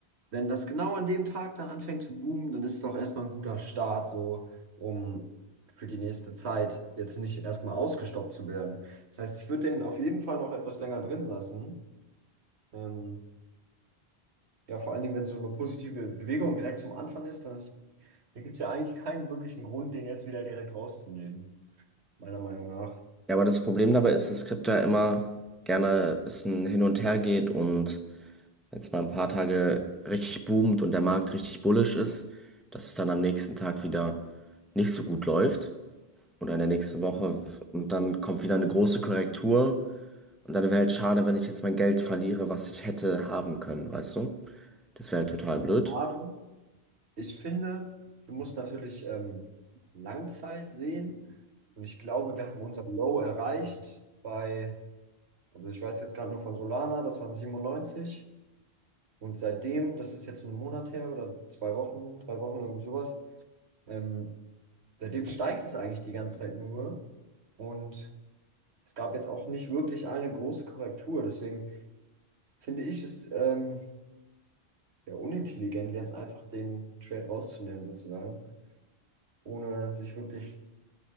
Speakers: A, on the right (about 85°); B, in the centre.
A: wenn das genau an dem Tag dann anfängt zu boomen, dann ist es doch erstmal ein guter Start, so um für die nächste Zeit jetzt nicht erstmal ausgestoppt zu werden. Das heißt, ich würde den auf jeden Fall noch etwas länger drin lassen. Ähm, ja, vor allen Dingen, wenn so eine positive Bewegung direkt zum Anfang ist, dann ist, da gibt es ja eigentlich keinen wirklichen Grund, den jetzt wieder direkt rauszunehmen, meiner Meinung nach.
B: Ja, aber das Problem dabei ist, dass Krypto ja immer gerne ein bisschen hin und her geht und wenn es mal ein paar Tage richtig boomt und der Markt richtig bullish ist, dass es dann am nächsten Tag wieder nicht so gut läuft oder in der nächsten Woche und dann kommt wieder eine große Korrektur und dann wäre halt schade, wenn ich jetzt mein Geld verliere, was ich hätte haben können, weißt du? Das wäre halt total blöd.
A: Aber ich finde, du musst natürlich ähm, Langzeit sehen. Und ich glaube, wir haben unser Low erreicht bei Also ich weiß jetzt gerade nur von Solana, das waren 97. Und seitdem, das ist jetzt ein Monat her oder zwei Wochen, drei Wochen, irgendwie sowas, ähm, seitdem steigt es eigentlich die ganze Zeit nur. Und es gab jetzt auch nicht wirklich eine große Korrektur. Deswegen finde ich es ähm, ja unintelligent, jetzt einfach den Trade rauszunehmen, sozusagen, ohne sich wirklich